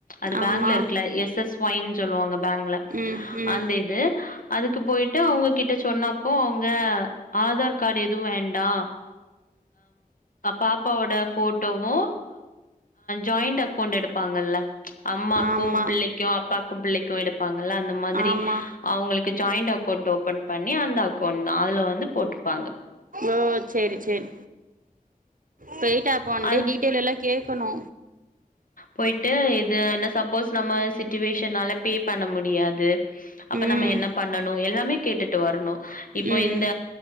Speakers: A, on the left (about 65°); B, on the right (about 65°).
A: அது பேங்க்ல
B: ஆமா
A: இருக்குல எஸ் எஸ் ஒய்ன்னு சொல்லுவாங்க பேங்க்ல
B: ம் ம்
A: அந்த இது அதுக்கு போயிட்டு அவங்க கிட்ட சொன்னப்போ அவங்க ஆதார் கார்டு எது வேண்டா பாப்பாவோட போட்டோவு ஜாயிண்ட் அக்கௌண்ட் எடுப்பாங்கல்ல அம்மாக்கு
B: ஆமா
A: பிள்ளைக்கு அப்பாக்கு பிள்ளைக்கு எடுப்பாங்கல்ல அந்த மாதிரி
B: ஆமா
A: அவங்களுக்கு ஜாயிண்ட் அக்கௌண்ட் ஓபன் பண்ணி அந்த அக்கௌண்ட் தா அதுல வந்து போட்டுப்பாங்க
B: ஓ சேரி சேரி போயிட்டு அப்ப ஒன்டே
A: அதுல
B: டீடெயில் எல்லா கேட்கணு
A: போயிட்டு இது என்ன சப்போஸ் நம்ம சிச்சுவேஷன்னால ப்பே பண்ண முடியாது அப்ப
B: ம்
A: நம்ம என்ன பண்ணணு எல்லாமே கேட்டுட்டு வரணு இப்போ
B: ம்
A: இந்த